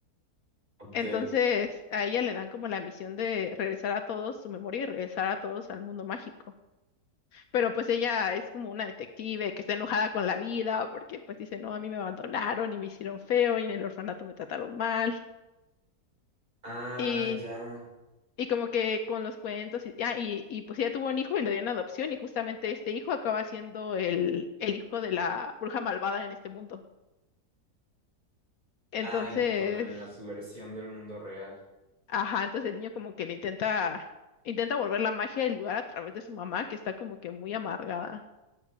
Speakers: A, on the right; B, on the left.
A: Ok.
B: Entonces, a ella le dan como la misión de regresar a todos su memoria y regresar a todos al mundo mágico. Pero pues ella es como una detective que está enojada con la vida porque pues dice, no, a mí me abandonaron y me hicieron feo y en el orfanato me trataron mal.
A: Ah,
B: Y,
A: ya.
B: y como que con los cuentos y, ah, y, y pues ella tuvo un hijo y lo dio en adopción y justamente este hijo acaba siendo el, el hijo de la bruja malvada en este mundo. Entonces,
A: Ah, en- como en la subversión del mundo real.
B: ajá, entonces el niño como que le intenta, intenta volver la magia del lugar a través de su mamá que está como que muy amargada.